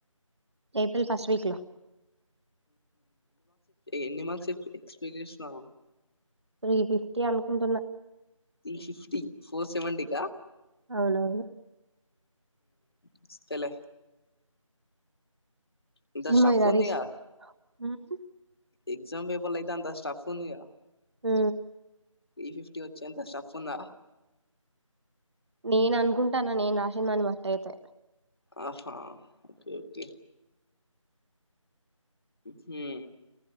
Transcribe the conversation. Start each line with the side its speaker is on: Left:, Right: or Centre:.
Right: ఏప్రిల్ ఫస్ట్ వీక్ లో
Left: ఎన్ని మార్క్స్ ఎక్స్ప్లెయిన్ చేస్తున్నారు
Right: త్రి ఫిఫ్టీ అనుకుంటున్న
Left: త్రీ ఫిఫ్టీ ఫోర్ సేవేంటీ కా
Right: అవునవును
Left: వస్తాయిలే ఇంత
Right: ఏమో
Left: సఫ్ఉందిగా
Right: ఇగ రిజి ఉమ్
Left: ఎక్సమ్ పేపర్లో అయితే అంతా స్టాఫ్ ఉందిగా
Right: హ
Left: త్రీ ఫిఫ్టీ వచ్చే అంత స్టఫ్ ఉందా
Right: నేను అనుకుంటాను నేను రాసిందాన్ని బట్టి అయితే
Left: ఆహా ఓకే హ్మ్మ్